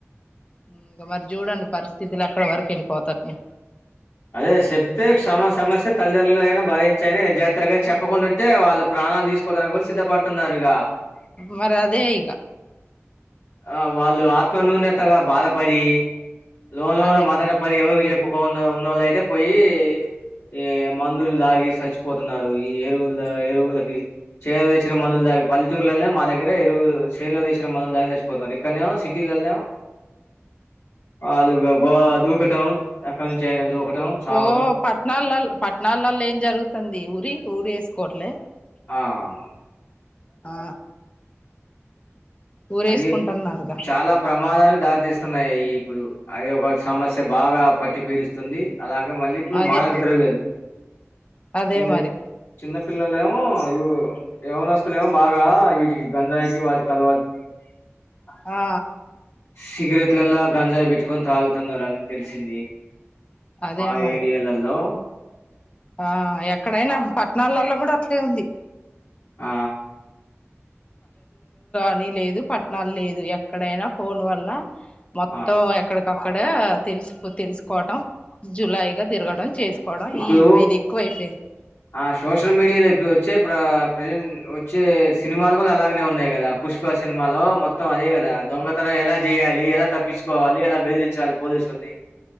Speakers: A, on the left; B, on the left.
A: ఇంక మరి చూడండి పరిస్థితులు ఎక్కడి వరకు వెళ్లిపోతున్నాయో
B: అదే చెప్తే <unintelligible> సమస్య తల్లిదండ్రలుయిన భరించాయనా జాగ్రత్తలు చెప్పకుండా ఉంటే వాళ్ళు ప్రణాలు తీసుకోవడానికి సిద్ధపడుతున్నారు ఇగా
A: మరి అదే ఇగ
B: ఆ వాళ్ళు ఆత్మన్యూనతగ బాధపడి లో లోన
A: అదే
B: మదనపడి ఎవరికి చెప్పుకో ఉన్నోళ్ళ అయితే పోయి ఏ మందులు దాగి చచ్చిపోతున్నారు ఈ ఎరువుల ఎరువులకి చైలలో తెచ్చిన మందులు దాగి పల్లెటూర్లలో మా దగ్గర చైలో తెచ్చిన మందులు దగగా చచ్చిపోతారు ఇక్కడనే సిటీలో వె అళ్ళు డబ్బును దూకటం అక్కడి నుంచి అయనా దూకటం సావటం.
A: ఓ పట్టణలల్లో పట్టణలల్లో ఏం జరుగుతుంది ఊరి ఊరి వేసుకోవట్లే
B: ఆ అవును
A: ఆ ఊరేసుకుంటున్నారుగా
B: అది చాలా ప్రమాదానికి దారితీస్తున్నాయి ఇప్పుడు అది ఒక సమస్య బాగా పట్టి పీడిస్తుంది అలాగా మళ్ళీ ఇప్పుడు
A: అదే
B: మాదక ద్రవ్యాలు
A: అదే
B: చిన్నవి
A: మరి
B: చిన్న పిల్లలే ఇప్పుడు యవనస్తులు ఏమో బాగా వీటికి గంజాయికి వాటికి అల
A: ఆ
B: సిగరెట్లలో గంజాయి పెట్టుకొని తాగుతున్నారని తెలిసింది
A: అదే
B: ఆ
A: మరి
B: ఏరియాలల్లో
A: ఆ ఎక్కడైనా పట్టణాలలో కూడా అట్లే ఉంది
B: ఆ
A: పని లేదు పట్టణాలు లేదు ఎక్కడైనా ఫోన్ వల్ల మొత్తం
B: ఆ
A: ఎక్కడ అక్కడ తెలుసు తెలుసుకోవటం జులాయి గా తిరగడం చేసుకోవడం
B: ఇప్పుడు
A: ఈ ఇది ఎక్కువ అయిపోయింది
B: ఆ సోషల్ మీడియాలో ఇప్పుడు వచ్చే ఇప్పుడు ప్రజెంట్ వచ్చే సినిమాలు కూడా అలాగే ఉన్నాయి కదా పుష్ప సినిమాలో మొత్తం అదే కదా దొంగతనం ఎలా చేయ్యాలి ఎలా త తప్పించుకోవాలి ఎలా బెదిరించాలి పోలీసుల్ని